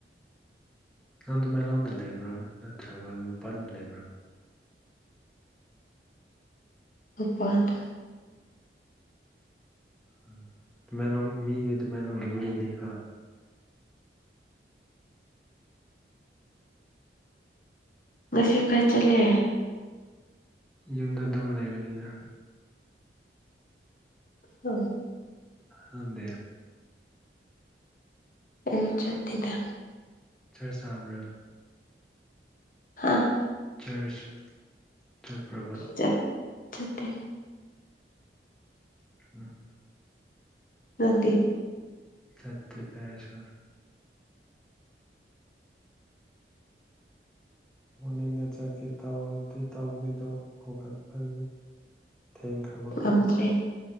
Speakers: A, in the centre; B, on the left (about 50°).
A: ꯅꯪꯗꯨ ꯇꯃꯦꯡꯂꯣꯡꯗ ꯂꯩꯕ꯭ꯔꯥ ꯅꯠꯇ꯭ꯔꯒ ꯃꯄꯥꯥꯟꯗ ꯂꯩꯕ꯭ꯔꯥ꯫
B: ꯃꯄꯥꯟꯗ꯫
A: ꯎꯝ ꯇꯃꯦꯡꯂꯣꯡ ꯃꯤꯗꯤ ꯇꯃꯦꯡꯂꯣꯡꯒꯤ ꯃꯤꯅꯤꯀꯣ꯫
B: ꯉꯁꯤ ꯀꯥꯏ ꯆꯠꯂꯤ꯫
A: ꯌꯨꯝꯗ ꯑꯗꯨꯝ ꯂꯩꯕꯅꯤꯅ꯫
B: ꯎꯝ꯫
A: ꯅꯪꯗꯤ꯫
B: ꯑꯩꯖꯨ ꯆꯠꯇꯦꯗ꯫
A: ꯆꯥꯔꯁ ꯆꯥꯕ꯭ꯔꯥ꯫
B: ꯍꯥꯥ꯫
A: ꯆꯥꯔꯁ ꯆꯠꯄ꯭ꯔꯕ꯫
B: ꯆꯠ ꯆꯠꯇꯦ꯫
A: ꯎꯝ꯫
B: ꯅꯪꯗꯤ꯫
A: ꯆꯠꯇꯦꯗ ꯑꯩꯁꯨ꯫ <inaudible> ꯃꯣꯔꯅꯤꯡꯗ ꯆꯠꯀꯦ ꯇꯧꯗꯤ ꯇꯧꯕꯅꯤꯗꯣ ꯍꯧꯒꯠꯄꯒꯤ ꯊꯦꯡꯈ꯭ꯔꯕꯀꯣ
B: ꯉꯝꯗ꯭ꯔꯦ